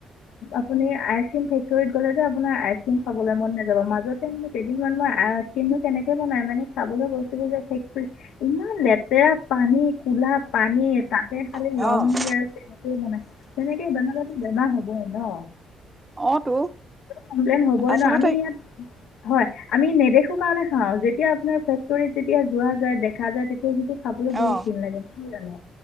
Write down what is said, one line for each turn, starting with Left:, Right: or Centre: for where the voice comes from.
Left: আপুনি আইচক্ৰীম ফেক্টৰীত গ'লে যে আপোনাৰ আইচক্ৰীম খাবলৈ মন মাজতে ম কেইদিনমান মই আইচক্ৰীম তেনেকে বনাই মানে চাবলৈ গৈছিলো যে ফেক ইমান লেতেৰা পানী, ক'লা পানী তাতে খালি
Right: অ
Left: লং দিয়ে আৰু তেনেকৈ মানে তেনেকে বনালে বেমাৰ হ'বই ন'।
Right: অ তো
Left: কমপ্লেইন হ'বই
Right: আচলতে
Left: ন' আমি ইয়াত হয় আমি নেদেখো কাৰণে খাওঁ, যেতিয়া আপোনাৰ ফেক্টৰীত যেতিয়া যোৱা যায়, দেখা যায় তেতিয়া সেইটো খাবলৈ বহুত
Right: অ
Left: ঘিণ লাগে, সেই জানো